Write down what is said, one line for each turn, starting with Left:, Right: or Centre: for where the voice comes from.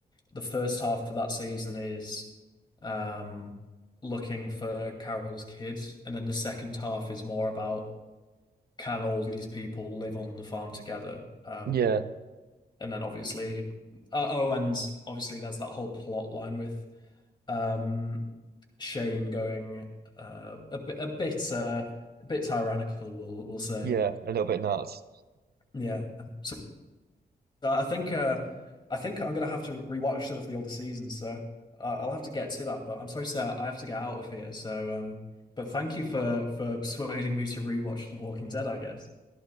Left: the first half of that season is um, looking for Carol's kids, and then the second half is more about can all these people live on the farm together? Um,
Right: Yeah,
Left: and then obviously, uh, oh, and obviously there's that whole plot line with um, Shane going uh, a bit, a bit, uh, a bit tyrannical, we'll we'll say.
Right: yeah, a little bit nuts.
Left: Yeah, so Uh, I think uh, I think I'm gonna have to rewatch some of the older seasons, so uh, I'll have to get to that. But I'm sorry, sir, I have to get out of here. So, um, but thank you for for persuading me to rewatch The Walking Dead, I guess.